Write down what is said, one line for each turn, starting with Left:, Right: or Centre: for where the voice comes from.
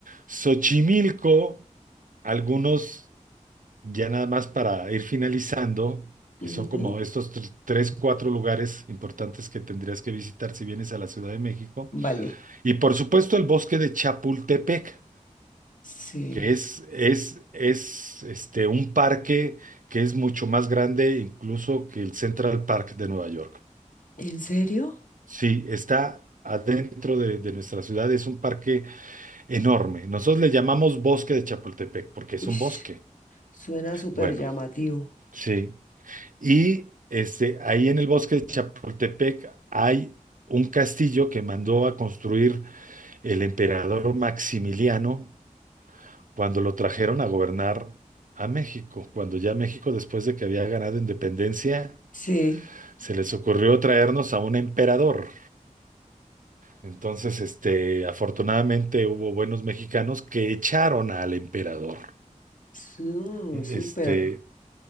Right: Xochimilco, algunos ya nada más para ir finalizando, que
Left: Ujú,
Right: son como estos tr- tres, cuatro lugares importantes que tendrías que visitar si vienes a la Ciudad de México.
Left: Vale.
Right: Y por supuesto el bosque de Chapultepec,
Left: Sí.
Right: que es, es, es este, un parque que es mucho más grande incluso que el Central Park de Nueva York.
Left: ¿En serio?
Right: Sí, está adentro de, de nuestra ciudad, es un parque enorme. Nosotros le llamamos Bosque de Chapultepec porque es
Left: Uy,
Right: un bosque.
Left: suena súper
Right: Bueno,
Left: llamativo.
Right: sí. Y este, ahí en el Bosque de Chapultepec hay un castillo que mandó a construir el emperador Maximiliano cuando lo trajeron a gobernar a México, cuando ya México, después de que había ganado independencia,
Left: Sí.
Right: se les ocurrió traernos a un emperador. Entonces, este, afortunadamente hubo buenos mexicanos que echaron al emperador.
Left: Su-
Right: E,
Left: súper.
Right: Este,